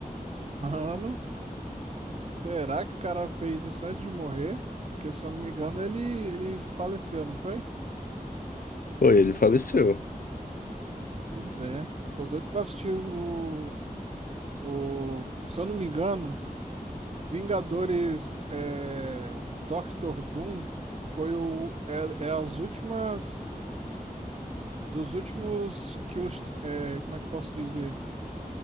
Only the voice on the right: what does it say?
Mano, será que o cara fez isso antes de morrer? Porque se eu não me engano, ele, ele faleceu, não foi?
Pois é. Tô doido pra assistir o. o se eu não me engano, Vingadores é, Doctor Doom foi o. É, é as últimas. Dos últimos que os. é, como é que posso dizer?